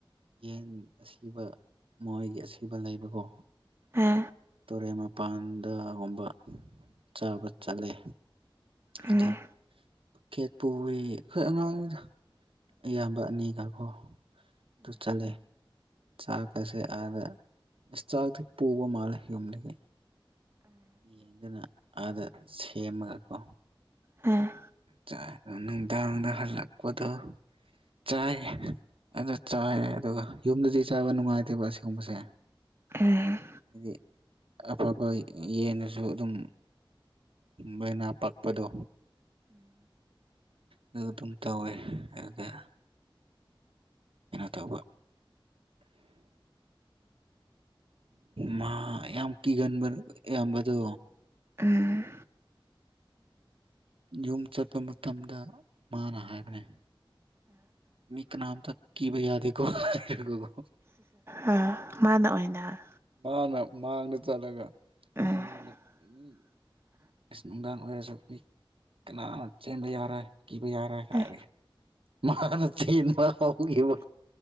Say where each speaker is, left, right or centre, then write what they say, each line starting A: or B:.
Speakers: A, on the right; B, on the right.
A: ꯌꯦꯟ ꯑꯁꯤꯕ ꯃꯣꯏꯒꯤ ꯑꯁꯤꯕ ꯂꯩꯕꯀꯣ
B: ꯍꯥ
A: ꯇꯨꯔꯦꯟ ꯃꯄꯥꯟꯗꯒꯨꯝꯕ ꯆꯥꯕ ꯆꯠꯂꯦ
B: ꯎꯝ
A: ꯑꯗ ꯈꯦꯠ ꯄꯨꯏ ꯑꯩꯈꯣꯏ ꯑꯉꯥꯡꯅꯤꯗ ꯏꯌꯥꯝꯕ ꯑꯅꯤꯒ ꯀꯣ ꯇꯨ ꯆꯠꯂꯦ ꯆꯥꯛꯀꯁꯦ ꯑꯥꯗ ꯑꯁ ꯆꯥꯛꯇꯤ ꯄꯨꯕ ꯃꯥꯜꯂꯦ ꯌꯨꯝꯗꯒꯤ ꯌꯦꯡꯗꯨꯅ ꯑꯥꯗ ꯁꯦꯝꯃꯒꯀꯣ
B: ꯎꯝ
A: ꯆꯥ ꯅꯨꯡꯗꯥꯡꯗ ꯍꯜꯂꯛꯄꯗꯣ ꯆꯥꯏ ꯑꯗꯨ ꯆꯥꯏ ꯑꯗꯨꯒ ꯌꯨꯝꯗꯗꯤ ꯆꯥꯕ ꯅꯨꯡꯉꯥꯏꯇꯦꯕ ꯑꯁꯤꯒꯨꯝꯕꯁꯦ
B: ꯎꯝ
A: ꯍꯥꯏꯗꯤ ꯑꯐꯕ ꯌꯦꯟꯅꯁꯨ ꯑꯗꯨꯝ ꯃꯅ ꯄꯛꯄꯗꯣ ꯑꯗꯨ ꯑꯗꯨꯝ ꯇꯧꯋꯦ ꯑꯗꯨꯒ ꯀꯩꯅꯣ ꯇꯧꯕ ꯃꯥ ꯌꯥꯝ ꯀꯤꯒꯟꯕ ꯏꯌꯥꯝꯕꯗꯨ
B: ꯎꯝ
A: ꯌꯨꯝ ꯆꯠꯄ ꯃꯇꯝꯗ ꯃꯥꯅ ꯍꯥꯏꯕꯅꯦ ꯃꯤ ꯀꯅꯥꯝꯇ ꯀꯤꯕ ꯌꯥꯗꯦꯀꯣ ꯍꯥꯏꯔꯒꯀꯣ
B: ꯑ ꯃꯥꯅ ꯑꯣꯏꯅ
A: ꯃꯥꯅ ꯃꯥꯡꯗ ꯆꯠꯂꯒ
B: ꯎꯝ
A: ꯃꯤ ꯃꯥꯡꯗ
B: <inaudible>
A: ꯃꯤ ꯑꯁ ꯅꯨꯡꯗꯥꯡ ꯑꯣꯏꯔꯁꯨ ꯃꯤ ꯀꯅꯥ ꯆꯦꯟꯕ ꯌꯥꯔꯣꯏ ꯀꯤꯕ ꯌꯥꯔꯣꯏ
B: ꯑ
A: ꯍꯥꯏꯔꯒ ꯃꯥꯅ ꯆꯦꯟꯕ ꯍꯧꯒꯤꯕ